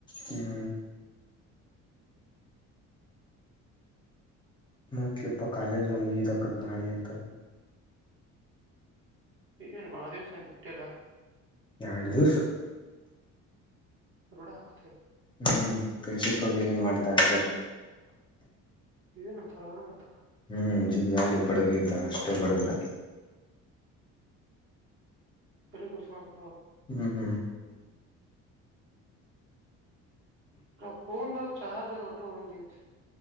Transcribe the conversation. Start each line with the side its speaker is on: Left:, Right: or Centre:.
Left: ಹ್ಮ್ ಮತ್ಲಿಪ್ಪ ಕಾಲಜಂಗ ಈಜಕತ್ತ್ ನಾಳೆ ಅಂತ.
Right: ಏನ್ ವಾದೇವ್ಸನ್ ಬಿಟ್ಟಿಲ್ಲ.
Left: ಎರಡು ದಿವ್ಸ್
Right: ರೂಡಕತೆ
Left: ಹ್ಮ್ ಪ್ರಿನ್ಸಿಪಲ್ ಏನ್ ಮಾಡ್ತಾ ಆಕ್ಯಾರ್
Right: ಏನ್ ಅಂತಾರ ಅವ್ರೇನ್ ಅಂತಾರ.
Left: ಹ್ಮ್ ಜಿಗಾಡಿ ಬಡದ ಇದ್ದ ಅಷ್ಟ ಬಡದ್ರ.
Right: <unintelligible>
Left: ಹ್ಮ್
Right: ಹ ಫೋನ್ ನವು ಚಾರ್ಜ್ ಒಳೋಟೊ ಒಳ್ <unintelligible>